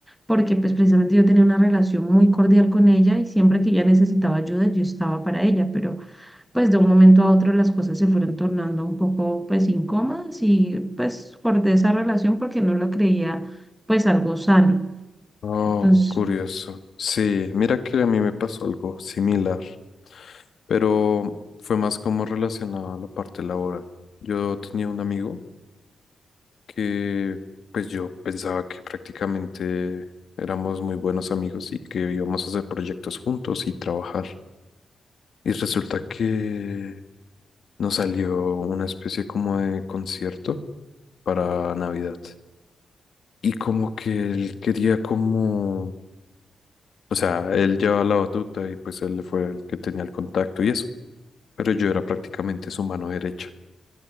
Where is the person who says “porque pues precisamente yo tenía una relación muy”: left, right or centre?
Centre